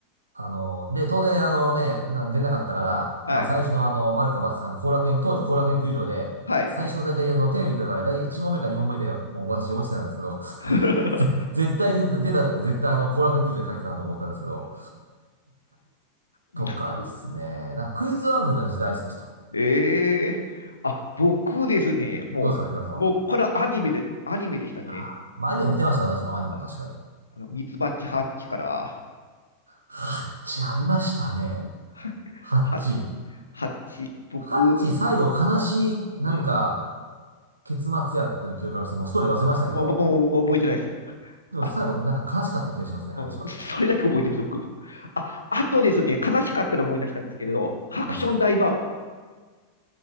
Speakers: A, on the right (about 80°); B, on the left (about 75°).
A: あの、で、当然、あのね、な出れなかったから、
B: はい。
A: まあ、最初のあの、丸か×かの後楽園、当時後楽園球場で、
B: はい。
A: 最初の大体あの、テレビ見てたら、大体1問目か2問目で、もう私落ちてたんですけど、
B: <laughs>
A: <laughs> ぜ絶対出た出たって絶対あの、後楽園球場で書いてたなと思ったんですけど、
B: なんで
A: とかですね、なんかクイズ番組が私大好きでした。
B: ええあ、僕ですね、もう、
A: どうですか、ひろやさんは。
B: もっぱらアニメで、アニメでしたね。
A: あーまあ、アニメ見てました、私もアニメを確かに。
B: あ、あの、ミツバチハッチから、
A: ハッチありましたね。
B: <laughs>
A: ハッチ。
B: ハッハッチ、僕、
A: ハッチ最後悲しい、なんか、
B: うん。
A: 結末やっての記憶がありまして、もうストーリー忘れましたけど、
B: もう僕も覚えてないです。
A: でも最後なんか悲しかった気がしますね、
B: あ、うん、
A: チは。
B: それだけ覚えてます、僕も。あ、あとですね、悲しかったのを思い出したんですけれど、ハクション大魔王。
A: なんすか。